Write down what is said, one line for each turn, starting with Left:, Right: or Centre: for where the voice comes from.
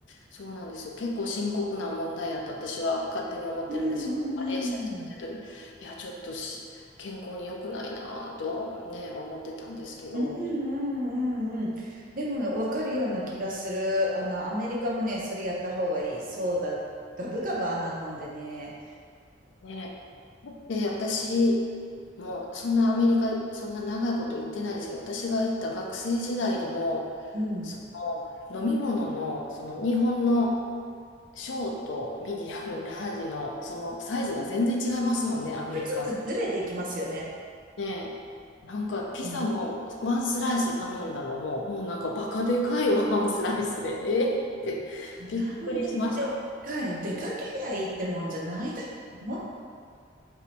Left: そうなんですよ。結構深刻な問題やと私は勝手に思ってるんですよ。
Right: うんうんうん
Left: マレーシアに住んでる時、いや、ちょっとし健康に良くないなぁとね、思ってたんですけど、
Right: うんうんうん。でも分かるような気がする。あの、アメリカもね、それやった方がいい。そうだ、ガブガブあんな飲んでね。
Left: ね。で、私、もうそんなアメリカ、そんな長いこと行ってないですけど、私が行った学生時代でも、
Right: うん。
Left: その飲み物の、その日本のショート、ミディアム、ラージのそのサイズが全然違いますもんね、アメリカって。
Right: ちょっとずれていきますよね。
Left: ねえ、なんかピザもワンスライス頼んだのも、
Right: うん、
Left: もうなんかバカでかいワンスライスで、<laughs> えーってびっくりしましたもん。
Right: なんでもでっかいの。出かけりゃいいってもんじゃないだろう。